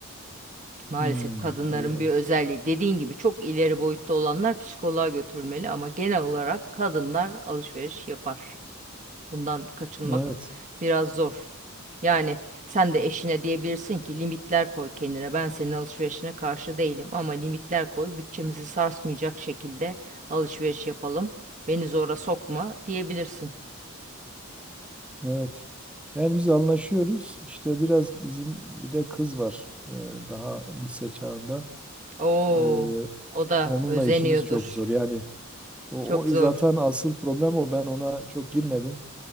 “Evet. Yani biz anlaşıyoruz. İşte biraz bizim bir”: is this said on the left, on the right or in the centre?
Centre